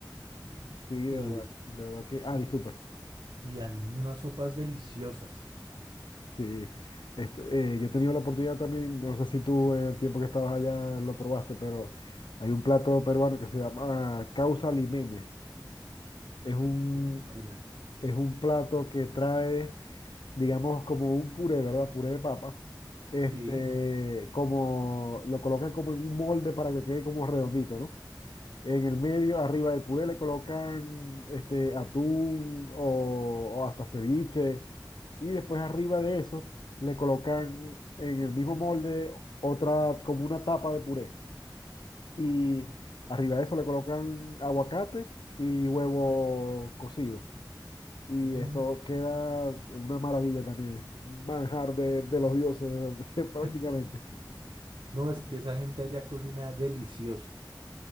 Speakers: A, on the left (about 75°); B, on the right (about 80°).
A: Sí, de
B: y,
A: verdad. De verdad que. Ah,
B: y,
A: disculpa.
B: y dan unas sopas deliciosas.
A: Sí, este, eh, yo he tenido la oportunidad también, yo no sé si tú en el tiempo que estabas allá lo probaste, pero hay un plato peruano que se llama causa limeña. Es un,
B: Suena.
A: es un plato que trae, digamos, como un puré, ¿verdad? Puré de papa. Este,
B: Sí.
A: como lo colocan como en un molde para que quede como redondito, ¿no? En el medio, arriba del puré, le colocan este, atún o, o hasta ceviche. Y después arriba de eso, le colocan en el mismo molde otra, como una tapa de puré. Y arriba de eso le colocan aguacate y huevo cocido. Y
B: Mm.
A: eso queda una maravilla también. un Manjar de, de los dioses, <laughs> prácticamente.
B: <laughs> No, es que esa gente allá cocina delicioso.